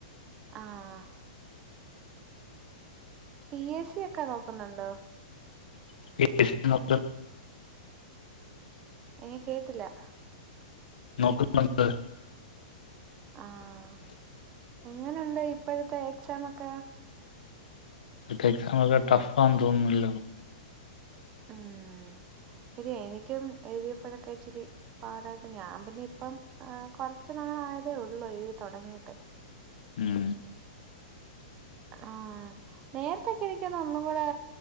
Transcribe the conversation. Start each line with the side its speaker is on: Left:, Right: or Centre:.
Right: ആഹ് പി എസ് സി ഒക്കെ നോക്കുന്നുണ്ടോ
Left: <inaudible>
Right: ഏഹ് കേട്ടില്ല
Left: നോക്കുന്നുണ്ട്
Right: ആഹ് എങ്ങനുണ്ട് ഇപ്പോഴത്തെ എക്സാം ഒക്കെ
Left: ഇപ്പഴത്തെ എക്സാം ഒക്കെ ടഫാന്ന് തോന്നുന്നല്ലോ
Right: ഉം ശരിയാ എനിക്കും എഴുതിയപ്പോഴൊക്കെ ഇച്ചിരി പാടായിട്ട് ഞാൻ പിന്നെ ഇപ്പം കുറച്ചു നാളായതേ ഉള്ളൂ എഴുതി തുടങ്ങീട്ട്
Left: ഉം
Right: ആഹ് നേരത്തൊക്കെ എനിക്ക് തോന്നുന്നു ഒന്നും കൂടെ